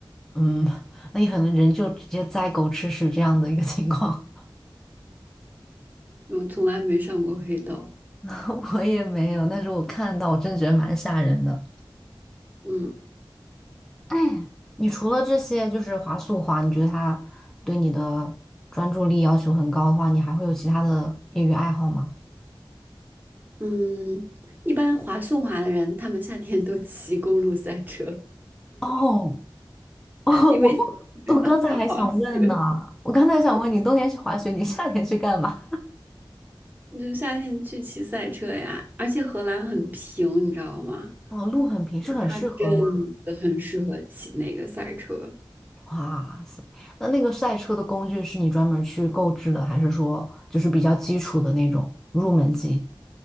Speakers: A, in the centre; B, on the right.
A: 嗯，那你可能人就直接栽狗吃屎这样的一个情况，
B: 我从来没上过黑道。
A: <laughs> 我也没有，但是我看到我真的觉得蛮吓人的。
B: 嗯
A: 哎你除了这些就是滑速滑，你觉得它对你的专注力要求很高的话，你还会有其他的业余爱好吗？
B: 嗯，一般滑速滑的人，他们夏天都骑公路赛车，
A: 哦，<laughs> 哦，
B: <laughs> 因为没办法滑雪，
A: 我我我刚才还想问呢，我刚才想问你，冬天去滑雪，你夏天去干嘛？
B: 你就夏天去骑赛车呀。而且荷兰很平，你知道吗？
A: 哦，路很平，是很适合吗？
B: 它真的很适合骑那个赛车。
A: 哇塞，那那个赛车的工具是你专门儿去购置的，还是说就是比较基础的那种入门级？